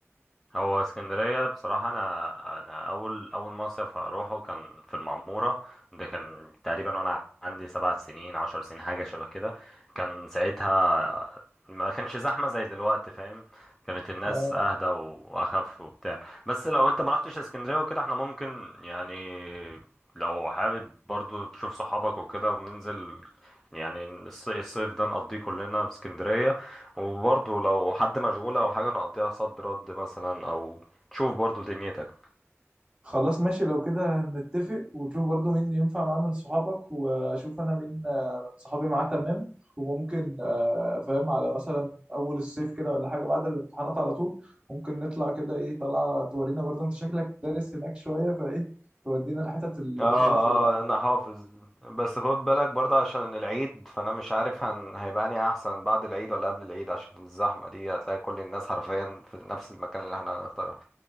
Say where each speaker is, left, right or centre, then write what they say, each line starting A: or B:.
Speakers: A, in the centre; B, on the right.
A: هو اسكندرية بصراحة أنا أنا أول أول مصيف هروحه كان في المعمورة ده كان تقريبا وأنا عندي سبع سنين عشر سنين حاجة شبه كده كان ساعتها ما كانش زحمة زي دلوقتي فاهم كانت الناس
B: آه.
A: اهدى واخف وبتاع بس لو انت ما رحتش اسكندرية وكده احنا ممكن يعني لو حابب برضو تشوف صحابك وكده وننزل يعني الص- الصيف ده نقضيه كلنا في اسكندرية وبرضو لو حد مشغول او حاجة نقضيها صد رد مثلا او تشوف برضو دنيتك
B: خلاص ماشي لو كده نتفق وتشوف برضو مين ينفع معاه من صحابك واشوف انا مين آه، من صحابي معاه تمام وممكن آه، فاهم على مثلا اول الصيف كده ولا حاجه بعد الامتحانات على طول ممكن نطلع كده ايه طلع تورينا برضو انت شكلك دارس هناك شويه فايه تودينا الحتت اللي
A: اه
B: من الاخر يعني
A: اه انا حافظ بس خد بالك برضه عشان العيد فانا مش عارف هن... هيبقى اني احسن بعد العيد ولا قبل العيد عشان الزحمه دي هتلاقي كل الناس حرفيا في نفس المكان اللي احنا هنختاره